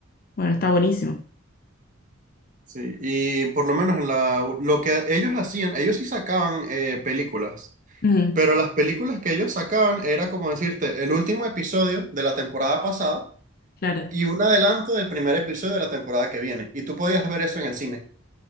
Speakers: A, on the left; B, on the right.
A: Bueno, está buenísimo.
B: Sí, y por lo menos en la, lo que ellos hacían, ellos sí sacaban eh, películas,
A: Mm,
B: pero las películas que ellos sacaban era como decirte el último episodio de la temporada pasada
A: claro.
B: y un adelanto del primer episodio de la temporada que viene. Y tú podías ver eso en el cine.